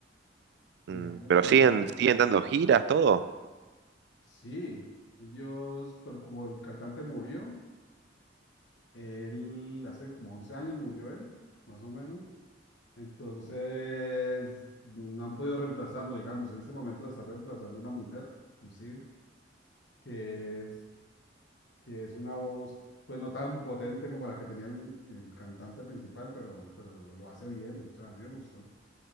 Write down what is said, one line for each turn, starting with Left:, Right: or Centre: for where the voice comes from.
Left: digamos
Right: Mm, pero
Left: que
Right: siguen,
Left: la,
Right: siguen dando giras, todo.
Left: sí, ellos, pero como el cantante murió, él hace como 11 años murió él, más o menos, entonces no han podido reemplazarlo, digamos, en este momento lo está reemplazando una mujer, inclusive. que es, que es una voz, pues no tan potente como la que tenía el, el cantante principal, pero, pero lo hace bien, o sea, a mí me gustó.